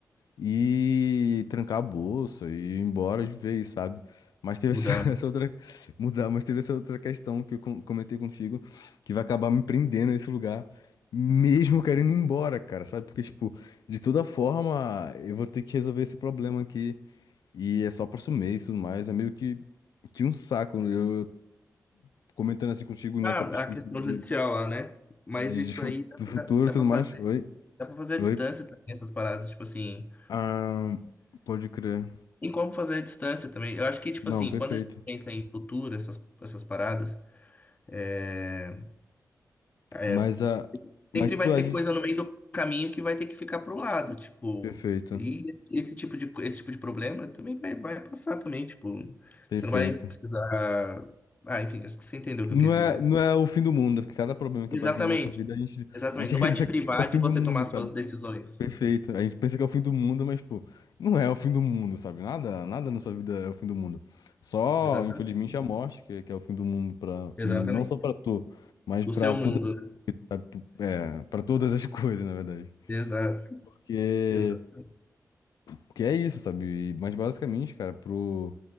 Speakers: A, on the left; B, on the left.
A: e trancar a bolsa e ir embora de vez, sabe? Mas teve
B: mudar,
A: essa, <laughs>
B: né?
A: essa outra. Mudar, mas teve essa outra questão que eu com- comentei contigo, que vai acabar me prendendo a esse lugar, mesmo eu querendo ir embora, cara, sabe? Porque, tipo, de toda forma, eu vou ter que resolver esse problema aqui. E é só próximo mês e tudo mais. É meio que, que um saco. né? Eu, eu comentando assim contigo nessa
B: Ah,
A: perspectiva
B: a questão
A: de,
B: judicial lá, né? Mas
A: de,
B: isso
A: de fu-
B: aí dá
A: do
B: pra,
A: futuro
B: dá
A: e tudo
B: pra
A: mais.
B: fazer,
A: Oi,
B: dá pra fazer à
A: oi.
B: distância também, essas paradas, tipo assim.
A: Ah, pode crer.
B: Tem como fazer à distância também. Eu acho que, tipo
A: Não,
B: assim,
A: perfeito.
B: quando a gente pensa em futuro, essas, essas paradas, é, é,
A: Mas a. Mas,
B: sempre
A: tipo,
B: vai
A: a
B: ter
A: gente.
B: coisa no meio do caminho que vai ter que ficar pro lado, tipo.
A: Perfeito.
B: E esse, esse tipo de, esse tipo de problema também vai, vai passar também, tipo.
A: Perfeito.
B: Você não vai precisar. Ah, enfim, acho que você entendeu o que
A: Não
B: eu quis
A: é,
B: dizer.
A: não é o fim do mundo, porque cada problema que
B: Exatamente,
A: aparece na nossa vida, a gente,
B: exatamente.
A: a gente
B: Não
A: <laughs> acredita
B: vai te privar
A: que é o
B: de
A: fim
B: você
A: do mundo,
B: tomar
A: sabe?
B: suas decisões.
A: Perfeito. A gente pensa que é o fim do mundo, mas, pô, não é o fim do mundo, sabe? Nada, nada na sua vida é o fim do mundo. Só,
B: Exatamente.
A: infelizmente, a morte, que, que é o fim do mundo pra,
B: Exatamente.
A: e não só pra tu, mas
B: Do
A: pra
B: seu
A: toda,
B: mundo.
A: pra- é, pra todas as <laughs> coisas, na verdade.
B: Exato.
A: Porque
B: Exato.
A: Porque é isso, sabe? E- Mas basicamente, cara, pro,